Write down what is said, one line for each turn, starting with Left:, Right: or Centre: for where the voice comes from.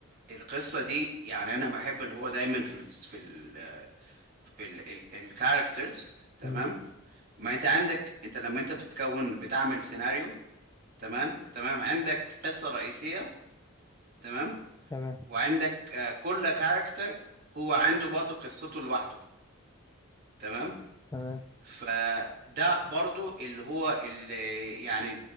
Right: القصة دي يعني انا بحب اللي هو دايما في ال... في ال... في ال... ال... الكاركترز تمام
Left: مم.
Right: ما انت عندك انت لما انت بتكون بتعمل سيناريو تمام تمام عندك قصة رئيسية تمام
Left: تمام
Right: وعندك آه، كل كاركتر هو عنده برضو قصته لوحده تمام
Left: تمام
Right: فده برضو اللي هو اللي يعني